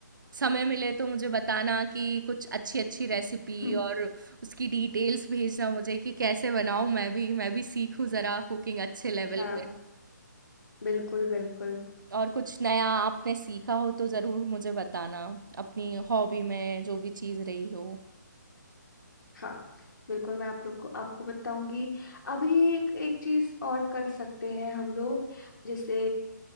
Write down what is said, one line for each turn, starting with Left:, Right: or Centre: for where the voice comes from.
Right: समय मिले तो मुझे बताना कि कुछ अच्छी-अच्छी रेसिपी
Left: <laughs> हम्म।
Right: और उसकी डिटेल्स भेजना मुझे कि कैसे बनाऊँ मैं भी मैं भी सीखूँ ज़रा कुकिंग अच्छे लेवल
Left: हाँ
Right: पे।
Left: बिल्कुल बिल्कुल
Right: और कुछ नया आपने सीखा हो तो ज़रूर मुझे बताना अपनी हॉबी में जो भी चीज़ रही हो
Left: हाँ बिल्कुल मैं आप लोग को आपको बताऊंगी अभी एक एक चीज और कर सकते हैं हम लोग जैसे